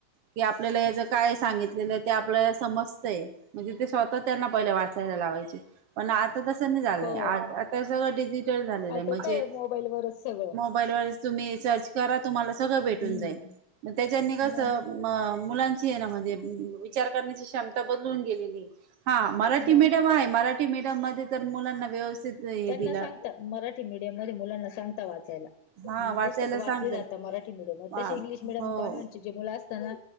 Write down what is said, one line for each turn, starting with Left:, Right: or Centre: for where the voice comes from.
Right: कि आपल्याला याच काय सांगितलेलं आहे ते आपल्याला समजतंय. म्हणजे ते स्वतः त्यांना पहिले वाचायला लावायचे. पण आता तसं नाही झालंय
Left: हो
Right: आ आता सगळं डिजिटल झालेलं
Left: आता
Right: आहे म्हणजे
Left: काय मोबाईलवरच सगळं
Right: मोबाईलवरच तुम्ही सर्च करा तुम्हांला सगळं भेटून
Left: हम्म
Right: जाईल मग त्याच्यानी कसं
Left: मग
Right: म मुलांची आहे ना म्हणजे विचार करण्याची क्षमता बदलून गेलेली. हा मराठी
Left: मग
Right: मीडियम आहे मराठी मीडियम मध्ये तर मुलांना व्यवस्थित हे
Left: त्यांना
Right: दिलं.
Left: सांगतात मराठी मिडियम मध्ये मुलांना सांगतात वाचायला.
Right: हा
Left: ह
Right: वाचायला
Left: पुस्तक वाचले
Right: सांगतय
Left: जाता मराठी मिडियमात
Right: वा
Left: तसे इंग्लिश मिडीयम
Right: हो
Left: कॉन्व्हेन्टची जी मुलं अस त्यांना